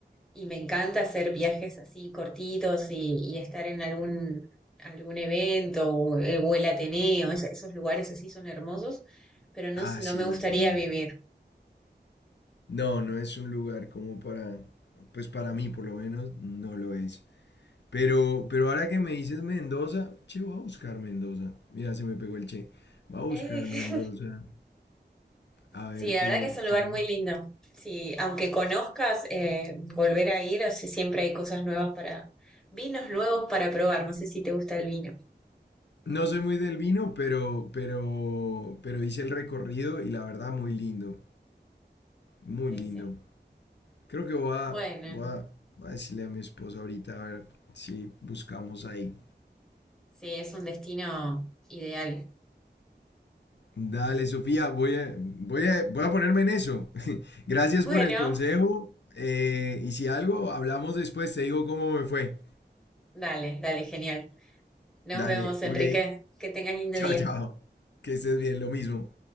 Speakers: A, in the centre; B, on the left.
A: y me encanta hacer viajes así cortitos y, y estar en algún, algún evento o, eh, o el Ateneo, es- esos lugares así son hermosos, pero no,
B: Ah,
A: s-
B: sí,
A: no me
B: el
A: gustaría
B: Ateneo.
A: vivir.
B: No, no es un lugar como para, pues para mí por lo menos no lo es. Pero, pero ahora que me dices Mendoza, che, voy a buscar Mendoza. Mira, se me pegó el che. Voy a buscar
A: <laughs>
B: Mendoza. A
A: Sí,
B: ver
A: la
B: qué,
A: verdad que es un
B: qué-
A: lugar muy lindo. Sí, aunque conozcas, eh, volver a ir, o sea, siempre hay cosas nuevas para, vinos nuevos para probar. No sé si te gusta el vino.
B: No soy muy del vino, pero, pero, pero hice el recorrido y la verdad muy lindo. Muy
A: Sí,
B: lindo.
A: sí.
B: Creo que voy a,
A: Bueno,
B: voy a, voy a decirle a mi esposa ahorita a ver si buscamos ahí.
A: sí, es un destino ideal.
B: Dale, Sofía, voy a, voy a, voy a ponerme en eso. <laughs> Gracias
A: Bueno,
B: por el consejo. eh, y si algo, hablamos después, te digo cómo me fue.
A: dale, dale, genial. Nos
B: Dale,
A: vemos, Enrique.
B: ok.
A: Que tengas lindo
B: Chao,
A: día.
B: chao. Que estés bien, lo mismo.